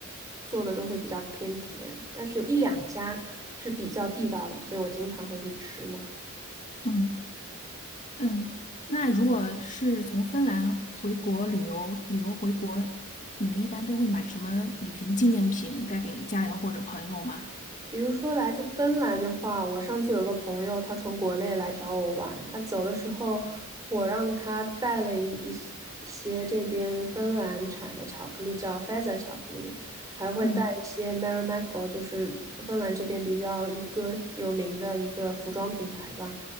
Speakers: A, on the right; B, on the left.
A: 做的都会比较偏甜，但是有一两家是比较地道的，所以我经常会去吃嘛。
B: 嗯。嗯，那如果是从芬兰回国旅游，旅游回国，你们一般都会买什么旅行纪念品带给家人或者朋友吗？
A: 比如说来自芬兰的话，我上次有个朋友，他从国内来找我玩，他走的时候，我让他带了一一些一些这边芬兰产的巧克力，叫 Feza 巧克力，还会带一些
B: 嗯，
A: Marimekko，就是芬兰这边比较一个有名的一个服装品牌吧，